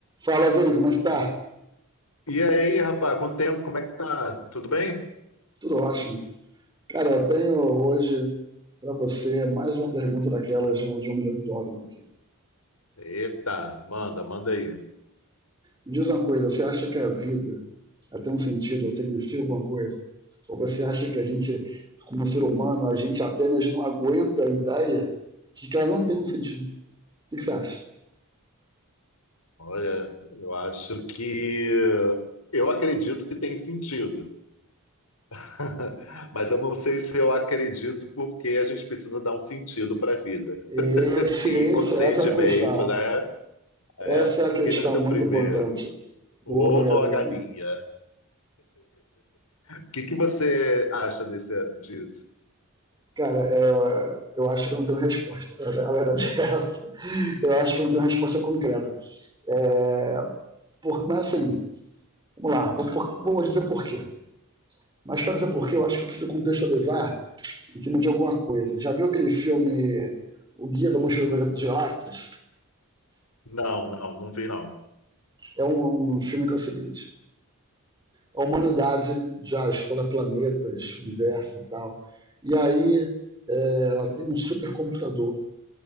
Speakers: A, on the right; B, on the left.
A: Fala, Vini, como está?
B: E aí, rapaz, quanto tempo? Como é que tá? Tudo bem?
A: Tudo ótimo. Cara, eu tenho hoje para você mais uma pergunta daquelas de um de um milhão de dólares aqui.
B: Eita, manda, manda aí.
A: Me diz uma coisa, você acha que a vida ela tem um sentido ou significa alguma coisa? Ou você acha que a gente, como ser humano, a gente apenas não aguenta a ideia de que ela não tem um sentido? O que que você acha?
B: Olha, eu acho que eu acredito que tem sentido, <laughs> mas eu não sei se eu acredito porque a gente precisa dar um sentido para a vida.
A: Esse-
B: E
A: esse-
B: inconscientemente,
A: essa é a questão.
B: né? É,
A: Essa é a questão
B: quem nasceu
A: muito
B: primeiro,
A: importante. Boa,
B: o ovo
A: galinha.
B: ou a galinha? O que que você acha desse, disso?
A: Cara, eu, eu acho que eu não tenho resposta. A verdade a verdade é essa. Eu acho que não tem uma resposta concreta. É, por, mas assim, vamos lá, vou, por, vou dizer por quê. Mas para dizer por quê, eu acho que eu preciso contextualizar em cima de alguma coisa. Já viu aquele filme O Guia da Mochila das Galáxias?
B: Não, não, não vi não.
A: É um, um filme que é o seguinte: a humanidade já explora planetas, universo e tal. E aí é, ela tem um supercomputador